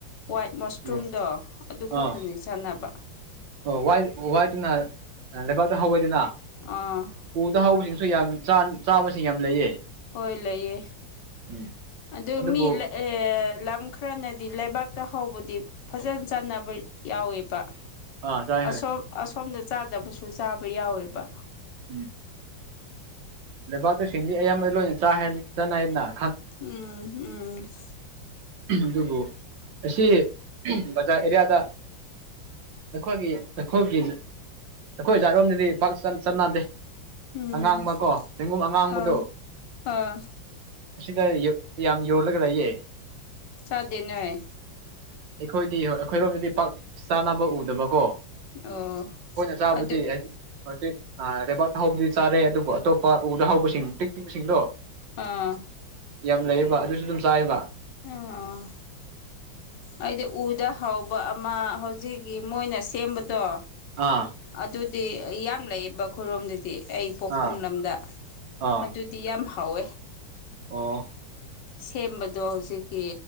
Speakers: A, on the left; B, on the right.
A: ꯋꯥꯏꯠ ꯃꯁꯔꯨꯝꯗꯣ
B: ꯎꯝ
A: ꯑꯗꯨ
B: ꯑꯥ
A: ꯈꯛꯇꯅꯤ ꯆꯥꯟꯅꯕ
B: ꯑꯣ ꯋꯥꯏ ꯋꯥꯏꯠꯅ ꯂꯩꯕꯥꯛꯇ ꯍꯧꯋꯦꯗꯅ
A: ꯑꯥ
B: ꯎꯗ ꯍꯧꯕꯁꯤꯡꯁꯨ ꯌꯥꯝ ꯆꯥꯕ ꯆꯥꯕꯁꯤꯡ ꯌꯥꯝ ꯂꯩꯌꯦ
A: ꯍꯣꯏ ꯂꯩꯌ‌ꯦ
B: ꯎꯝ
A: ꯑꯗꯨ
B: ꯑꯗꯨꯕꯨ
A: ꯃꯤ ꯂꯝ ꯈꯔꯅꯗꯤ ꯂꯩꯕꯥꯛꯇ ꯍꯧꯕꯗꯤ ꯐꯖꯅ ꯆꯥꯟꯅꯕ ꯌꯥꯎꯋꯦꯕ
B: ꯑꯥ ꯆꯥꯏ
A: ꯑꯁꯣꯝ
B: ꯍꯣꯏ
A: ꯑꯁꯣꯝꯗ ꯆꯥꯗꯕꯁꯨ ꯆꯥꯕ ꯌꯥꯎꯋꯦꯕ
B: ꯎꯝ ꯂꯩꯕꯥꯛꯇ ꯁꯤꯡꯗꯤ ꯑꯌꯥꯝꯕ ꯂꯣꯏ ꯆꯥ ꯍꯦꯟ ꯆꯅꯥꯏꯅ
A: ꯎꯝ ꯎꯝ
B: ꯑꯗꯨꯕꯨ ꯑꯁꯤ ꯕꯖꯥꯔ ꯑꯦꯔꯤꯌꯥꯗ ꯑꯩꯈꯣꯏꯒꯤ ꯑꯩꯈꯣꯏꯒꯤ ꯑꯩꯈꯣꯏ ꯖꯥꯠꯔꯣꯝꯗꯗꯤ ꯄꯥꯛ ꯆꯠꯅꯥꯟꯗꯦ
A: ꯎꯝ
B: ꯑꯉꯥꯡꯕꯀꯣ ꯆꯦꯡꯒꯨꯝ ꯑꯉꯥꯡꯕꯗꯣ
A: ꯑꯥ ꯑꯥ
B: ꯑꯁꯤꯗ ꯌꯥꯝ ꯌꯣꯜꯂꯒ ꯂꯩꯌꯦ
A: ꯆꯥꯗ‌ꯦꯅ‌ꯦ
B: ꯑꯩꯈꯣꯏꯗꯤ ꯑꯩꯈꯣꯏꯔꯣꯝꯗꯗꯤ ꯄꯥꯛ ꯆꯥꯅꯕ ꯎꯗꯕꯀꯣ ꯑꯩꯈꯣꯏꯅ
A: ꯑꯣ
B: ꯆꯥꯕꯨꯗꯤ
A: ꯑꯗꯨ
B: ꯍꯥꯏꯗꯤ ꯍꯧꯖꯤꯛ ꯂꯩꯕꯥꯛ ꯍꯥꯎꯕꯗꯤ ꯆꯥꯔꯦ ꯑꯗꯨꯕꯨ ꯑꯇꯣꯞꯄ ꯄꯥ ꯎꯗ ꯍꯧꯕꯁꯤꯡ ꯄꯤꯛ ꯄꯤꯕꯁꯤꯡꯗꯣ
A: ꯑꯥ
B: ꯌꯥꯝ ꯂꯩꯌꯦꯕ ꯑꯗꯨꯁꯨ ꯑꯗꯨꯝ ꯆꯥꯏꯌ‌ꯦꯕ
A: ꯑꯡ‌ ꯑꯩꯗꯤ ꯎꯗ ꯍꯥꯎꯕ ꯑꯃ ꯍꯧꯖꯤꯛꯀꯤ ꯃꯣꯏꯅ ꯁꯦꯝꯕꯗꯣ
B: ꯑꯥ
A: ꯑꯗꯨꯗꯤ ꯌꯥꯝ ꯂꯩꯌꯦꯕ ꯈꯨꯔꯣꯝꯗꯨꯗꯤ ꯑꯩ ꯄꯣꯛꯐꯝ
B: ꯑꯥ
A: ꯂꯝꯗ
B: ꯑꯥ
A: ꯑꯗꯨꯗꯤ ꯌꯥꯝ ꯍꯥꯎꯋꯦ
B: ꯑꯣ
A: ꯁꯦꯝꯕꯗꯣ ꯍꯧꯖꯤꯛꯀꯤ